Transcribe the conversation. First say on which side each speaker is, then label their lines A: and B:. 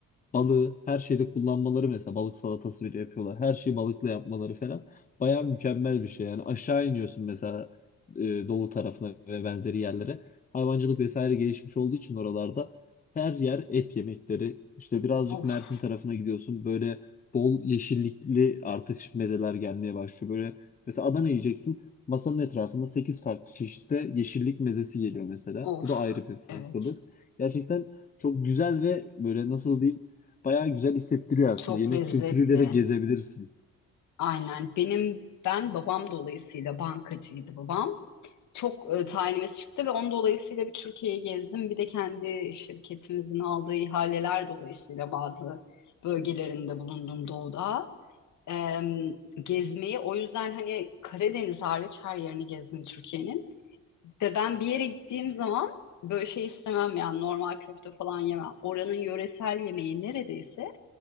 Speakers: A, on the left (about 25°); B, on the left (about 75°).
A: balığı her şeyde kullanmaları mesela balık salatası bile yapıyorlar. Her şeyi balıkla yapmaları falan bayağı mükemmel bir şey. Yani aşağı iniyorsun mesela e, doğu tarafına ve benzeri yerlere. Hayvancılık vesaire gelişmiş olduğu için oralarda her yer et yemekleri. İşte birazcık
B: Of
A: Mersin tarafına gidiyorsun. Böyle bol yeşillikli artık mezeler gelmeye başlıyor. Böyle mesela Adana yiyeceksin. Masanın etrafında 8 farklı çeşitte yeşillik mezesi geliyor mesela.
B: of
A: Bu da ayrı bir farklılık.
B: evet.
A: Gerçekten çok güzel ve böyle nasıl diyeyim bayağı güzel hissettiriyor aslında.
B: Çok
A: Yemek
B: lezzetli.
A: kültürüyle de gezebilirsin.
B: Aynen. Benim ben babam dolayısıyla bankacıydı babam. Çok e, tayinimiz çıktı ve onun dolayısıyla bir Türkiye'yi gezdim. Bir de kendi şirketimizin aldığı ihaleler dolayısıyla bazı bölgelerinde bulundum doğuda. Em, gezmeyi o yüzden hani Karadeniz hariç her yerini gezdim Türkiye'nin. Ve ben bir yere gittiğim zaman böyle şey istemem yani normal köfte falan yemem. Oranın yöresel yemeği neredeyse